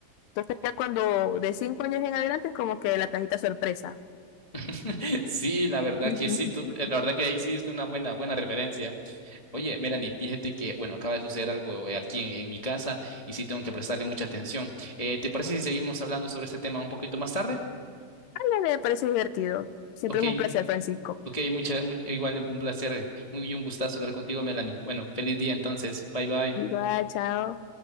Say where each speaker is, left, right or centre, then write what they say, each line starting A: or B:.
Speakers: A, on the left; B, on the left.
A: Entonces ya cuando de cinco años en adelante es como que la cajita sorpresa.
B: <laughs> Sí, la verdad
A: <laughs> Ujú.
B: que sí, tú- eh, la verdad que ahí sí es una buena, buena referencia. Oye, Melanie, fíjate que, bueno, acaba de suceder algo eh, aquí en, en mi casa y sí tengo que prestarle mucha atención. Eh, ¿te parece si seguimos hablando sobre este tema un poquito más tarde?
A: Ay, me parece divertido. Siempre
B: Ok,
A: es un placer, Francisco.
B: ok, mucha, much- igual un placer, muy un gustazo hablar contigo, Melanie. Bueno, feliz día entonces, bye bye.
A: Igual, chao.